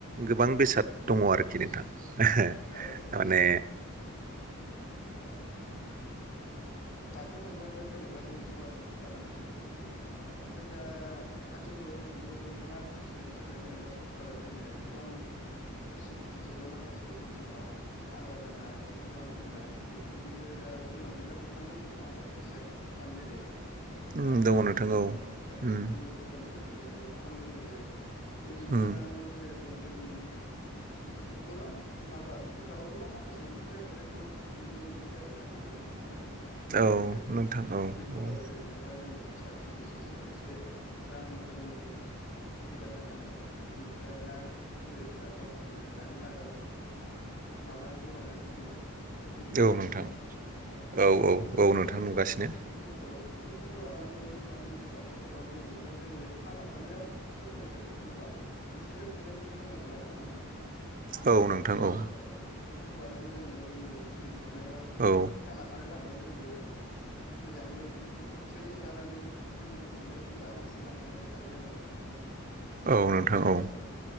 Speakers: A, on the right; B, on the left.
A: गोबां बेसाद दङ आरोखि नोंथां
B: औ औ औ
A: माने
B: औ औ दाथ' नोंथां बे जेनेबा जोंनि सरासनस्रा ना फिसिनायनि जिउखौना थांबाय ओमफ्राय दा आथिखालाव जों नुनो मोनो ना फिसिनायनि थाखाय जेनेबा सरकारा जोंनो गोबां फेसिलिटिस एबा माखासे बिथिङाव आदार होनाय फुख्रि जावना होनाय बेफोरनिबो दा जोंनाव मेरला बिफान दंसै नङा हबा फिसारि बिफान जेरै
A: उम
B: नाफोरनि
A: दङ नोंथां औ
B: बेफोरनि
A: उम
B: ज जेनेबा बिफान दैख जाया बे बिफानाव
A: उम
B: जेरेखम जोंनि बिदिखौ गोबां माबा सरकाबो गोबां माखासे अनसुंथाइ हरनायखौ नुनो मोनो आरो गानि जुगाव नङाबा नोंथां गिदिर
A: औ
B: गिदिर
A: नोंथां
B: फावख्रिफोराव
A: औ औ
B: जेनेबा जोंना एसे साबसिडि सिस्टेम एसे रांफोरनि सुबिदा होनाय बेनिफ्राय ना फियोब्ला गावसोरनो नानि आदार माबानानै जगायनानै होननाय बेफोरखौबो नुनो
A: औ
B: मोनसै
A: नोंथां
B: नङा होमबा नोंथाङा
A: औ औ
B: बेफोरनिबो
A: औ नोंथां नुगासिनो
B: बे औ बेफोरखौबो लानानै दानि जुग आथिखालाव जेनेबा जोङो थांना थानायाव सरखारारनिफ्रायबो जों गोबां अनसुंथाइ मोननायायो बुंनांगोन आरो नङा होमबा नोंथाङा
A: औ नोंथां औ
B: बेफोरखौबो लानानै जोङो जोंनि जिउ खुंनायाव
A: औ
B: आरो लामायाव जोंबो मोजाङै बिदिखौ ट्रेनिं लानानै जोंनि जिउ खुंनायाव जोंबो आागान सुरलांनो थायो आरो नङा होमबा नोंथां सरखारनिफ्राय
A: औ नोंथां औ
B: म